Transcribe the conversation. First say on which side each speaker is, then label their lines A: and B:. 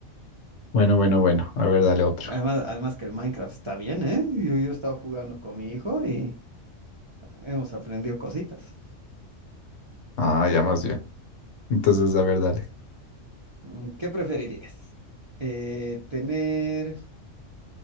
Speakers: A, on the left (about 80°); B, on the right (about 45°).
A: Bueno, bueno, bueno. A ver, dale otro.
B: Además, además que el Minecraft está bien, ¿eh? Yo, yo he estado jugando con mi hijo y hemos aprendido cositas.
A: Ah, ya más bien. Entonces, a ver, dale.
B: Mm, ¿Qué preferirías? Eh, ¿tener